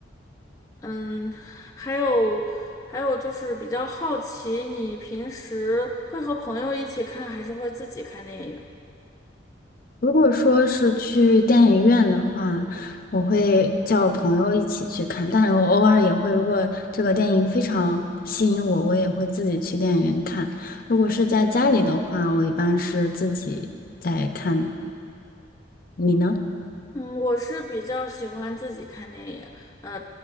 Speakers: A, on the left; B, on the left.
A: 嗯，还有还有就是比较好奇，你平时会和朋友一起看，还是会自己看电影？
B: 如果说是去电影院的话，我会叫朋友一起去看，但是我偶尔也会，如果这个电影非常吸引我，我也会自己去电影院看。如果是在家里的话，我一般是自己在看。你呢？
A: 嗯，我是比较喜欢自己看电影，呃，